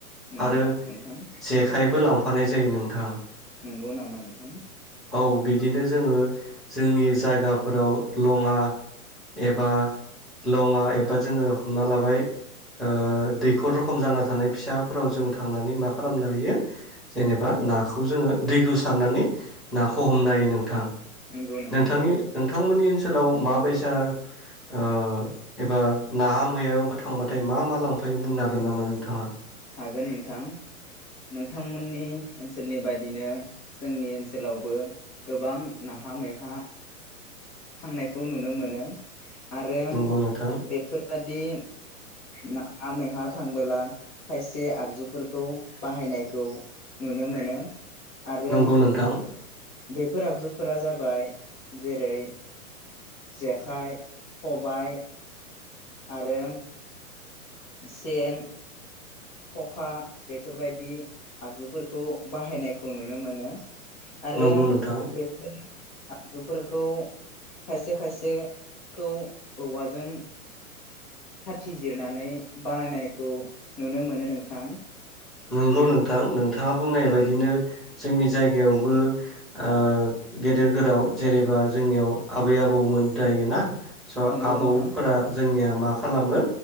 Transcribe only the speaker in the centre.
आरो
जेखाइबो लां फानाय जायो नोंथां
औ बिदिनो जोङो जोंनि जायगा फोराव लङा एबा लङा एबा जोङो हमना लाबाय ओ दैखर रखम जाना थानाय फिसाफोराव जोङो थांनानै मा खालामनो हायो जेनेबा नाखौ जोङो दैखौ सारनानै नाखौ हमनो हायो नोंथां
नोंथांनि
नोंथांमोननि सोलाव माबायसा ओ एबा नाहा मैहायावबो थांब थाय मा मा लांफायो बुंनो हागोन नामा नोंथाङा
नंगौ नोंथां
नंगौ नोंथां
नंगौ नोंथां
नंगौ नोंथां नोंथाङा बुंनाय बायदिनो जोंनि जायगायावबो ओ गेदेर गोराव जेरेबा जोंनियाव आबै आबौमोन जायोना स'
आबौफोरा
जोंनिया मा खालामो